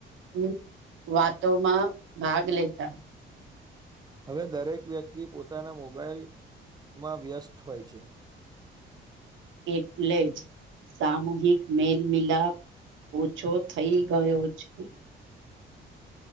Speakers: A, on the right; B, on the right.
A: હમ વાતોમાં ભાગ લેતા
B: હવે દરેક વ્યક્તિ પોતાના મોબાાઈલ માં વ્યસ્ત હોય છે
A: એટલે જ સામૂહિક મેલમિલાપ ઓછો થઈ ગયો છે